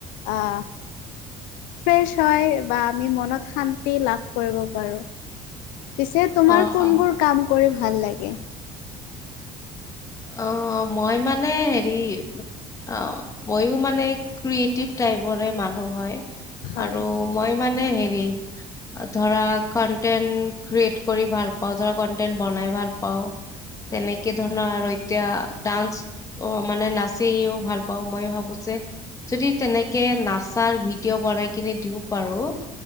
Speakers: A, on the left (about 85°); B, on the left (about 25°).
A: আ ফ্ৰেছ হয় বা আমি মনত শান্তি লাভ কৰিব পাৰো। পিছে তোমাৰ
B: অ অ
A: কোনবোৰ
B: অ
A: কাম কৰি ভাল লাগে।
B: অ মই মানে হেৰি অহ, ময়ো মানে ক্ৰিয়েটিভ টাইপৰে মানুহ হ'য়
A: হয়
B: আৰু মই মানে হেৰি ধৰা কন্টেন্ট ক্ৰিয়েট কৰি ভাল পাও ধৰা কন্টেন্ট বনাই ই ভাল পাওঁ
A: হয়
B: তেনেকে ধৰণৰ আৰু এতিয়া ডান্স অ, মানে নাচিও ভাল পাওঁ, মই ভাৱো যে যদি তেনেকে নাচাৰ ভিডিঅ' বনাই কিনে দিব পাৰোঁ